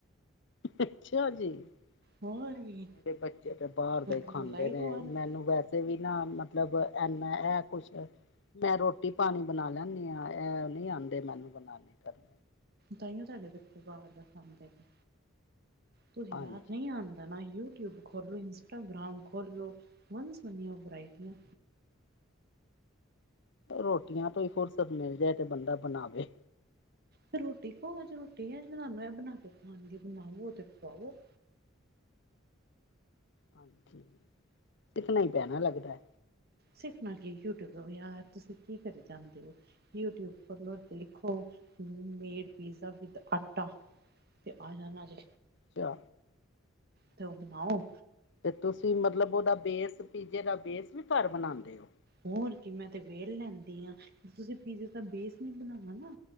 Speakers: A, on the left; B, on the right.
A: ਅੱਛਾ ਜੀ
B: ਹੋਰ
A: ਨਾਂ
B: ਕੀ
A: ਮੇਰੇ ਬੱਚੇ ਤੇ ਬਾਹਰ
B: ਮੈਂ
A: ਦਾ ਈ
B: ਤੈਨੂੰ
A: ਖਾਂਦੇ
B: ਮਲਾਈ ਖਵਾ
A: ਨੇ ਮੈਨੂੰ
B: ਦਿੰਦੀ,
A: ਵੈਸੇ ਵੀ ਨਾ ਮਤਲਬ ਐਨਾ ਐ ਕੁਛ ਮੈਂ ਰੋਟੀ ਪਾਣੀ ਬਣਾ ਲੈਂਦੀ ਹਾਂ ਇਹ ਨਹੀਂ ਆਉਂਦੇ ਮੈਨੂੰ ਬਣਾਉਣੇ ਕਰਨ
B: ਤਾਂਈਓ ਤੁਹਾਡੇ ਬੱਚੇ ਬਾਹਰ ਦਾ ਖਾਂਦੇ ਨੇ ਤੁਸੀ
A: ਹਾਂਜੀ।
B: ਯਾਦ ਨੀ ਆਂਦਾ ਨਾ ਯੂਟਿਊਬ ਖੋਲ ਲੋ ਇੰਸਟਾਗ੍ਰਾਮ ਖੋਲ ਲੋ। ਵਨ ਸੁਵੰਨੀਆਂ ਵਰਾਇਟੀਆਂ
A: ਰੋਟੀਆਂ ਤੋਂ ਈ ਫੁਰਸਤ ਮਿਲ ਜਾਏ ਤੇ ਬੰਦਾ ਬਣਾਵੇ।
B: ਫੇਰ ਰੋਟੀ ਖਾਓ ਅੱਜ ਰੋਟੀ ਅਜ ਬਣਾ ਮੈਂ ਬਣਾ ਕੇ ਖੁਆਂਦੀ ਬਣਾਵੋ ਤੇ ਖੁਵਾਵੋ।
A: ਹਾਂਜੀ। ਸਿੱਖਣਾ ਈ ਪੈਣਾ ਲੱਗਦਾ ਐ।
B: ਸਿੱਖਨਾ ਕੀ ਯੂਟਿਊਬ ਤੋਂ? ਯਾਰ ਤੁਸੀ ਕੀ ਕਰੀ ਜਾਂਦੇ ਓ? ਯੂਟਿਊਬ ਖੋਲੋ ਤੇ ਲਿਖੋ, ਮੇਡ ਪੀਜ਼ਾ ਵਿਦ ਆਟਾ। ਤੇ ਆ ਜਾਨਾ ਜੇ।
A: ਚਾ।
B: ਤੇ ਓ ਬਨਾਓ।
A: ਤੇ ਤੁਸੀ ਮਤਲਬ ਓਦਾ ਬੇਸ ਪੀਜੇ ਦਾ ਬੇਸ ਵੀ ਘਰ ਬਣਾਂਦੇ ਓ।
B: ਹੋਰ ਕੀ ਮੈਂ ਤੇ ਵੇਲ ਲੈਂਦੀ ਆਂ। ਤੁਸੀ ਪੀਜ਼ੇ ਦਾ ਬੇਸ ਨੀ ਬਨਾਨਾ ਨਾ